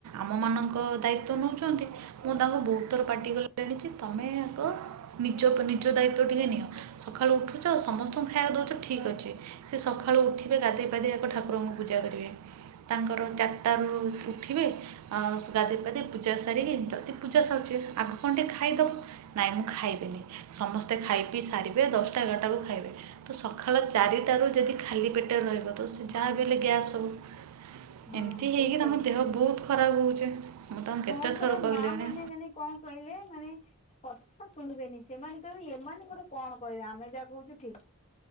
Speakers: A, on the right (about 85°); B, on the left (about 30°).
A: ଆମମାନଙ୍କ ଦାୟିତ୍ୱ ନଉଛନ୍ତି। ମୁଁ ତାଙ୍କୁ ବହୁତ ଥର ପାଟି କଲିଣି ଯେ, ତମେ ଆଗ ନିଜ ପ-ନିଜ ଦାୟିତ୍ଵ ଟିକେ ନିଅ। ସକାଳୁ ଉଠୁଛ। ସମସ୍ତଙ୍କୁ ଖାଇବାକୁ ଦଉଛ ଠିକ୍ ଅଛି। ସେ ସକା ସକାଳୁ ଉଠିବେ, ଗାଧେଇ ପାଧେଇ ଆଗ ଠାକୁରଙ୍କୁ ପୂଜା କରିବେ। ତାଙ୍କର ଚାରିଟାରୁ ଉ-ଉଠିବେ। ଆଁ ସୁ-ଗାଧେଇ ପାଧେଇ, ପୂଜା ସାରିକି, ଯଦି ପୂଜା ସରୁଛି, ଆଗ କଣ ଟିକେ ଖାଇଦବୁ? ନାଇଁ ମୁଁ ଖାଇବିନି। ସମସ୍ତେ ଖାଇ ପିଇ ସାରିବେ, ଦଶଟା ଏଗାରଟା ବେଳକୁ ଖାଇବେ। ତ ସକାଳ ଚାରିଟାରୁ ଯଦି ଖାଲି ପେଟରେ ରହିବ, ତ ସ-ଯାହା ବି ହେଲେ ଗ୍ୟାସ୍ ହବ।
B: ହଁ
A: ଏମିତି
B: ଠିକ
A: ହେଇକି
B: କହିଛନ୍ତି।
A: ତାଙ୍କ ଦେହ ବହୁତ ଖରାପ ହଉଛି। ମୁଁ ତାଙ୍କୁ
B: ହଁ
A: କେତେ
B: ପୁରା
A: ଥର କହିଲିଣି।
B: ମା ମାନେ ମାନେ କଣ କହିଲେ? ମାନେ କଥା ଶୁଣିବେନି। ସେମାନେ କହିବେ, ଏମାନେ ଗୋଟେ କଣ କହିବେ? ଆମେ ଯାହା କହୁଛୁ ଠିକ୍।